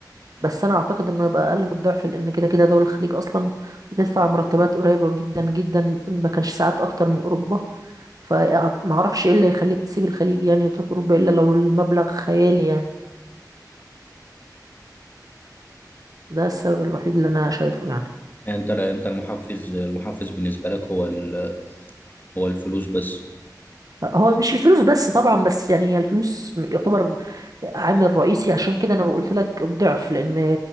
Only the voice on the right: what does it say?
بس أنا أعتقد إنه يبقى أقل من الضعف لأن كده كده دول الخليج أصلا بتدفع مرتبات قريبة جدا جدا ما كانش ساعات أكتر من أوروبا فمعرفش ايه اللي يخليك تسيب الخليج يعني وتروح اوروبا الا لو المبلغ خيالي يعني ده السبب الوحيد اللي انا شايفه يعني
هو مش الفلوس بس طبعا بس يعني الفلوس يعتبر عامل رئيسي عشان كده انا قلت لك الضعف لان